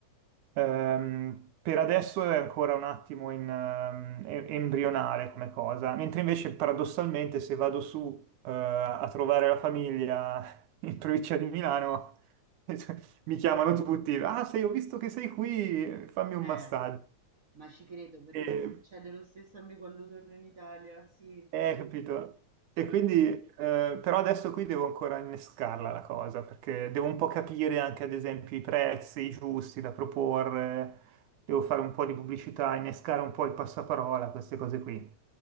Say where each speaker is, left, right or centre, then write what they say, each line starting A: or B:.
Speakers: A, on the right; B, on the right.
A: Ehm, per adesso è ancora un attimo in, ehm, e- embrionale come cosa, mentre invece paradossalmente se vado su, eh, a trovare la famiglia <laughs> in provincia di Milano, <laughs> mi chiamano tutti, ah, sei, ho visto che sei qui, fammi un
B: eh,
A: massaggio.
B: ma ci credo perché
A: E
B: succede lo stesso a me quando torno in Italia, sì.
A: Eh,
B: nel-
A: capito.
B: Sì.
A: E quindi, eh, però adesso qui devo ancora innescarla la cosa, perché devo un po' capire anche, ad esempio, i prezzi giusti da proporre, devo fare un po' di pubblicità, innescare un po' il passaparola, queste cose qui.